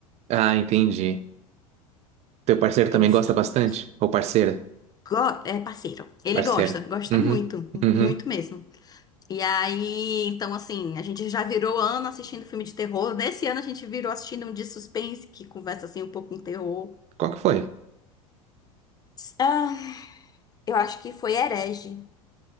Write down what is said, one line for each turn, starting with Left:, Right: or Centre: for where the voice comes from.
Right: Ah, entendi. Teu parceiro também
Left: Exatamente.
Right: gosta bastante? Ou parceira?
Left: Go- é parceiro. Ele
Right: Parceira.
Left: gosta, gosta
Right: Uhum,
Left: muito,
Right: uhum.
Left: muito mesmo. E aí, então assim, a gente já virou ano assistindo filme de terror. Nesse ano a gente virou assistindo um de suspense que conversa assim um pouco com terror.
Right: Qual que foi?
Left: ah, eu acho que foi Herege.